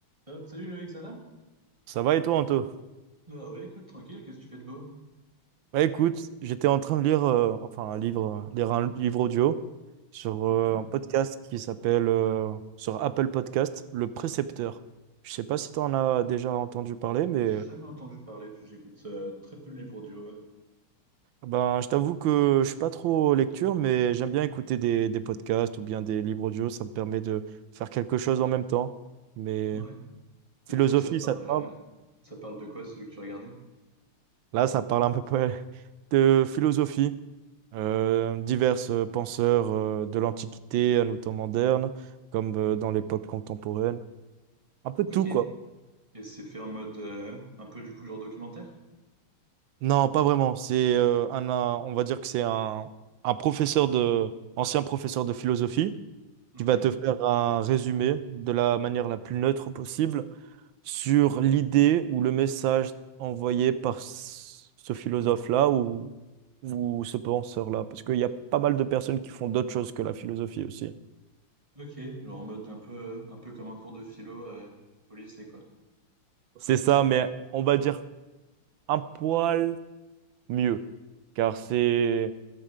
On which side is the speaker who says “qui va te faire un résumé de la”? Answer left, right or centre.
Right